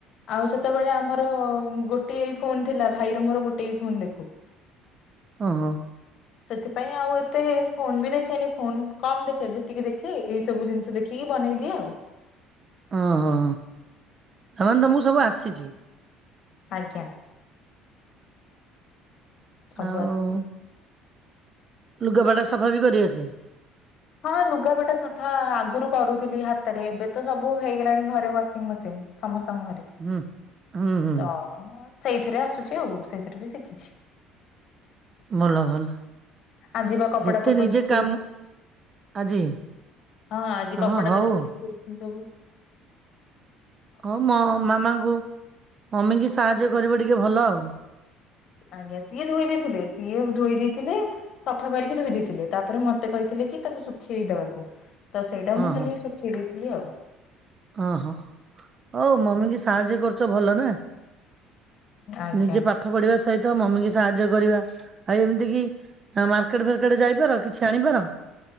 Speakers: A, on the left; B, on the right.
A: ଆଉ ସେତେବେଳେ ଆମର ଗୋଟିଏ ଫୋନ୍ ଥିଲା କଁ କରିବି? ଭାଇର ମୋର ଗୋଟେ ହି ଫୋନ୍ ଦେଖୁ।
B: ଓ ହୋ।
A: ସେଥିପାଇଁ ଆଉ ଏତେ ଫୋନ ବି ଦେଖେନି ଫୋନ କମ ଦେଖେ ଯେତିକି ଦେଖେ ଏଇ ସବୁ ଜିନ୍ ଦେଖିକି ବନେଇଦିଏ ଆଉ।
B: ଓ ହୋଁ ତାମାନେ ତମୁକୁ ମୁଁ ସବୁ ଆସିଚି।
A: ଆଜ୍ଞା। ସବୁ
B: ଆଉ
A: ଆସିଚି।
B: ଲୁଗାପଟା ସଫା ବି କରିଆସେ।
A: ହଁ ଲୁଗାପଟା ସଫା ଆଗରୁ କରୁଥିଲି ହାତରେ ଏବେ ତ ସବୁ ହେଇଗଲାଣି ଘରେ ୱାସିଂ ମସିନ୍। ସମସ୍ତଙ୍କ ଘରେ।
B: ହୁଁ ହୁଁ ହୁଁ
A: ତ ସେଇଥିରେ ଆସୁଛି ଆଉ ସେଇଥିରୁ ବି ଶିଖିଛି।
B: ଭଲ ଭଲ
A: ଆଜି ବା କପଡା
B: ଯେତେ
A: ତକ
B: ନିଜେ
A: ଶୁଖେଇଛି
B: କାମ୍ ଆଜି
A: ହଁ ଆଜି କପଡଟା
B: ହଁ ହଉ
A: ତ ସବୁ କିଣିଦୋବୁ।
B: ହୋଉ ମୋ ମାମାଙ୍କୁ ମମି ଙ୍କି ସାହାଯ୍ୟ କରିବ ଟିକେ ଭଲ ଆଉ।
A: ଆଜ୍ଞା ସିଏ ଧୋଇ ଦେଇଥିଲେ ସିଏ ଧୋଇ ଦେଇଥିଲେ ସଫା କରିକି ଧୋଇ ଦେଇେଇଥିଲେ ତାପରେ ମତେ କହିଥିଲେ କି ତାକୁ ଶୁଖେଇଦବାକୁ। ତ ସେଇଟା ମୁଁ
B: ଓହୋ
A: ଖାଲି ସୁଖେଇ ଦେଇଥିଲି ଆଉ।
B: ହଁ ହଁ ହୋଉ ମମି ଙ୍କି ସାହାଯ୍ୟ କରୁଛ ଭଲ ନା,
A: ଆଜ୍ଞା
B: ନିଜେ ପା ପାଠ ପଢିବା ସହିତ ମମି କି ସାହାଯ୍ୟ କରିବା ଆଉ ଏମିତି କି ମାର୍କେଟ ଫାର୍କେଟ ଯାଇପାର କିଛି ଜାଣିପାର